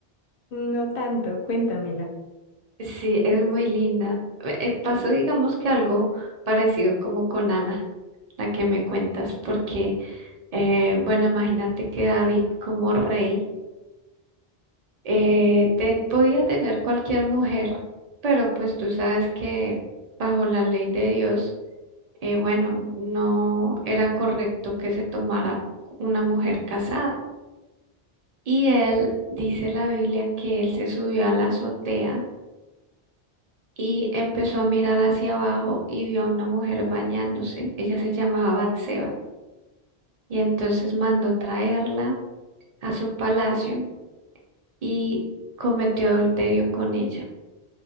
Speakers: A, on the left (about 65°); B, on the right (about 40°).
A: no tanto, cuéntamela.
B: Sí, es muy linda. Eh, eh, pasó, digamos que algo parecido como con Ana, la que me cuentas, porque, eh, bueno, imagínate que David como rey eh, te- podía tener cualquier mujer, pero pues tú sabes que bajo la ley de Dios, eh, bueno, no era correcto que se tomara una mujer casada. Y él, dice la Biblia, que él se subió a la azotea y empezó a mirar hacia abajo y vio a una mujer bañándose. Ella se llamaba Batseba y entonces mandó traerla a su palacio y cometió adulterio con ella.